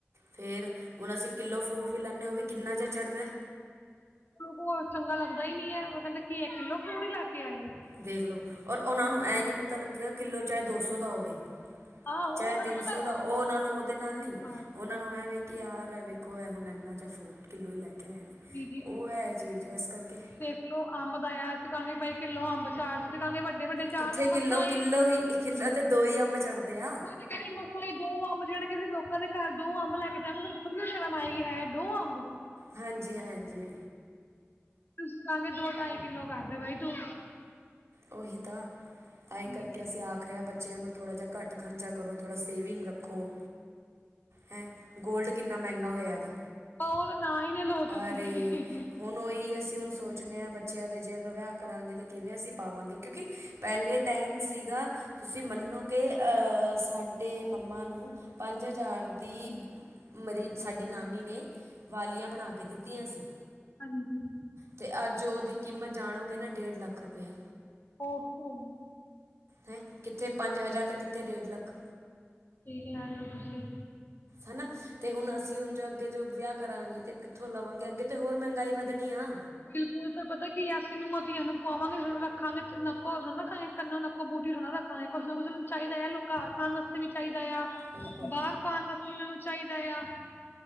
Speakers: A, on the right (about 85°); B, on the left (about 50°).
A: ਫੇਰ ਹੁਣ ਅਸੀਂ ਕਿੱਲੋ ਫਰੂਟ ਵੀ ਲੈਂਦੇ ਆ, ਓ ਵੀ ਕਿੰਨਾ ਜੇਆ ਚੜ੍ਹਦਾ।
B: ਬ ਚੰਗਾ ਲੱਗਦਾ ਹੀ, ਨੀ ਹੈ, ਓਹ ਕੈਂਦੇ ਕੀ ਆ, ਕਿੱਲੋ ਫਰੂਟ ਲੈ ਕੇ ਆਏ ਔ।
A: ਦੇਖਲੋ ਔਰ ਓਹਨਾਂ ਨੂੰ ਏਹ ਨਈ ਪਤਾ ਲੱਗੇਆ, ਕਿੱਲੋ ਚਾਹੇ ਦੋ ਸੌ ਦਾ ਹੋਵੇ।
B: ਹਾਂ ਉਹ
A: ਚਾਹੇ
B: ਫਿਰ
A: ਤਿੰਨ
B: ਪਤਾ
A: ਸੌ ਦਾ, ਓਹ ਓਹਨਾਂ ਨੂੰ ਓਹਦੇ ਨਾਲ ਨਈ
B: ਹਾਂ
A: ਓਹਨਾਂ ਨੂੰ ਐਂ ਵੇ ਕੀਆਰ ਏ ਵੇਖੋ ਏਹ ਹੁਣ ਏਨਾ ਜੇਆ ਫਰੂਟ ਕਿੱਲੋ ਹੀ ਲੈ ਕੇ ਆਏ ਨੇ,
B: ਜੀ
A: ਓਹ ਐ ਚੀਜ਼ ਆ ਇਸ ਕਰਕੇ
B: ਕਿਲੋ ਅੰਬ ਦਾ ਅਸੀਂ ਕਹਾਂਗੇ ਬਾਈ ਕਿੱਲੋ ਅੰਬ ਚਾਰ ਦੇਦੇ ਅਸੀ ਕਹਾਂਗੇ ਵੱਡੇ- ਵੱਡੇ ਚਾਰ
A: ਕਿੱਥੇ
B: ਤੇ
A: ਕਿੱਲੋ
B: ਮਸਾਂ
A: -ਕਿੱਲੋ ਹੀ ਇੱਕ ਕਿੱਲੋ ਤੇ ਦੋ ਹੀ ਅੰਬ ਚੜ੍ਹਦੇ ਆ।
B: ਇੱਕ ਏ, ਵੀ ਮਸਲਾ, ਈ ਦੋ ਅੰਬ ਚੜਗੇ, ਅਸੀ ਲੋਕਾਂ ਦੇ ਘਰ ਦੋ ਅੰਬ ਲੈ ਕੇ ਜਾਵਾਗੇ, ਸਾਨੂੰ ਖੁਦ ਨੂੰ ਸ਼ਰਮ ਆਏਗੀ ਹਾਏ -ਹਾਏ ਦੋ ਅੰਬ
A: ਹਾਂਜੀ, ਹਾਂਜੀ।
B: ਤੁਸੀਂ ਕਹਾਂਗੇ ਦੋ ਢਾਈ ਕਿੱਲੋ ਕਰਦੇ ਬਾਈ ਤੂੰ
A: ਓਹੀ ਤਾਂ ਤਾਂਹੀ
B: ਜੀ
A: ਕਰਕੇ ਅਸੀਂ ਆਖ ਰਹੇ ਬੱਚੇ ਬੱਚੇਆਂ ਨੂੰ ਥੋੜ੍ਹਾ ਜੇਹਾ ਘੱਟ ਖਰਚਾ ਕਰੋ ਥੋੜ੍ਹਾ ਸੇਵਿੰਗ ਰੱਖੋ। ਹੈਂ, ਗੋਲਡ ਕਿੰਨਾ ਮੇੰਹਗਾ ਹੋਇਆ ਦਾ।
B: ਓਹ ਤਾਂ ਨਾ, ਈ, ਨਾ ਲਓ ਤੁਸੀਂ
A: ਅਰੇ
B: ਹਮ
A: ਹੁਣ ਓਹੀ ਅਸੀਂ ਹੁਣ ਸੋਚਦੇ ਆ, ਬੱਚੇਆਂ ਦੇ ਜੇ ਅਗਰ ਵਿਆਹ ਕਰਾਂਗੇ ਤਾਂ ਕਿਵੇਂ ਅਸੀਂ ਪਾਵਾਂਗੇ, ਕਿਉਂਕਿ ਪੈਲੇ ਟਾਈਮ ਸੀਗਾ, ਤੁਸੀਂ ਮੰਨੋਗੇ ਅਹ ਸਾਡੇ ਮੰਮਾ ਨੂੰ ਪੰਜ ਹਜ਼ਾਰ ਦੀ ਮਰੀ ਸਾਡੀ ਨਾਨੀ ਨੇ ਵਾਲੀਆਂ ਬਣਾ ਕੇ ਦਿੱਤੀਆਂ ਸੀ।
B: ਹਾਂਜੀ।
A: ਤੇ ਅੱਜ ਓਹਦੀ ਕੀਮਤ ਜਾਣੋਗੇ ਨਾ ਡੇਢ ਲੱਖ ਰੁਪੇਆ।
B: ਓਹੋ।
A: ਹੈ, ਕਿੱਥੇ ਪੰਜ ਹਜ਼ਾਰ ਤੇ ਕਿੱਥੇ ਡੇਢ ਲੱਖ।
B: ਕੀ ਖਿਲਾ ਰੋ ਤੁਸੀਂ।
A: ਹਨਾ। ਤੇ ਹੁਣ ਅਸੀਂ ਹੁਣ ਜੋ ਅੱਗੇ ਜੋ ਵਿਆਹ ਕਰਾਂਗੇ ਤੇ ਕਿੱਥੋਂ ਲਵਾਂਗੇ ਅੱਗੇ ਤੇ ਹੋਰ ਮਹਿੰਗਾਈ ਵੱਧਣੀ ਆ।
B: ਬਿਲਕੁਲ ਫੇਰ ਪਤਾ ਕਿ ਅਸੀਂ ਨੂੰਹਾਂ ਧੀਆਂ ਨੂੰ ਪਵਾਂਗੇ ਜਦੋਂ ਰੱਖਾਂਗੇ ਨੱਕੋ ਗੇ ਕੰਨੌ, ਨੱਕ ਕੋ ਬੂਟੀ ਥੋੜਾ ਰੱਖਾਂਗੇ, ਕੁਛ ਨਾ ਕੁਛ ਉਣੁ ਚਾਹੀਦਾ ਆ ਉਹ ਲੋਕ ਕਰ ਪਾਣ ਵਾਸਤੇ ਵੀ ਚਾਹੀਦਾ ਆ।
A: ਬਿਲਕੁਲ
B: ਬਾਹਰ ਪਾਣ ਵਾਸਤੇ ਇਹਨਾਂ ਨੂੰ ਚਾਹੀਦਾ ਆ,